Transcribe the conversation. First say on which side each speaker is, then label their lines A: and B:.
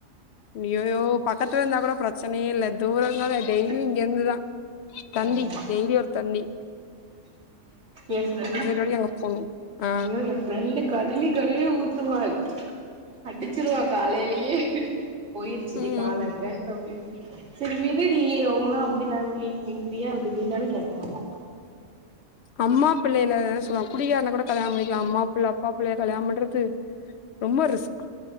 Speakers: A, on the left; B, on the right.
A: அய்யயோ பக்கத்துல இருந்தா கூட பிரச்சனயே இல்ல தூரனால
B: ம்
A: டெய்லி இங்க இருந்துதா தந்தி
B: ஆமா
A: டெய்லி ஒருத்த ந்தி
B: எ ஃப்ரெண்
A: வரைக்கு அங்க போணு ஆ
B: ஐயோ எ ஃப்ரெண்டு கழுவி கழுவி ஊத்துவா அடுச்சிருவா காலைலயே போயிருச்சுடி
A: ம்
B: கால் அங்க அப்டின்னு சரி விடுடி அவுங்களா அப்டிதான்டி நீ ஃப்ரீயா விடுடின்னாலு கேக்க மாட்டா
A: அம்மா புள்ளைல சொல்வாங் குடிகாரன கூட கல்யாண பண்ணிக்லா அம்மா புள்ள அப்பா புள்ளய கல்யாணம் பண்றது ரொம்ப ரிஸ்க்